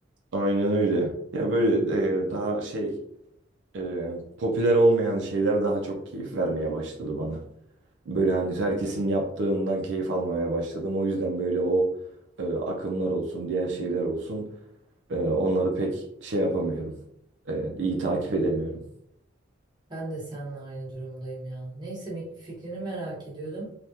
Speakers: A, on the right (about 70°); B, on the right (about 20°).
A: Aynen öyle. Ya böyle e, daha şey e, popüler olmayan şeyler daha çok keyif vermeye başladı bana. Böyle hani herkesin yaptığından keyif almamaya başladım. O yüzden böyle o e, akımlar olsun, diğer şeyler olsun e, onları pek şey yapamıyorum. E, iyi takip edemiyorum.
B: Ben de seninle aynı durumdayım ya. Neyse mi- fikrini merak ediyordum.